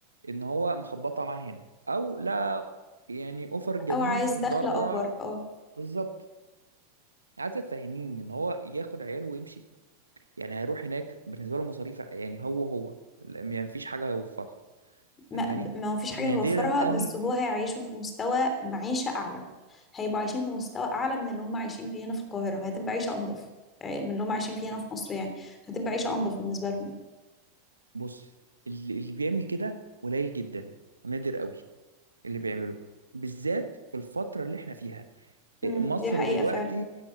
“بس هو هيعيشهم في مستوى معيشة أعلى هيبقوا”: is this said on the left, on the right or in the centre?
Left